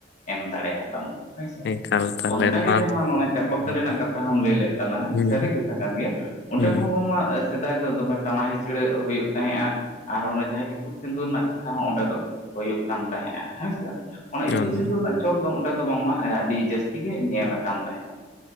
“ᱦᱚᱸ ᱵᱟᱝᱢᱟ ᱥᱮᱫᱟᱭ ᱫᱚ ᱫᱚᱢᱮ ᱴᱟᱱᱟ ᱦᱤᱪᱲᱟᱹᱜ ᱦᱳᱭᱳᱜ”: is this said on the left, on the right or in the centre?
Left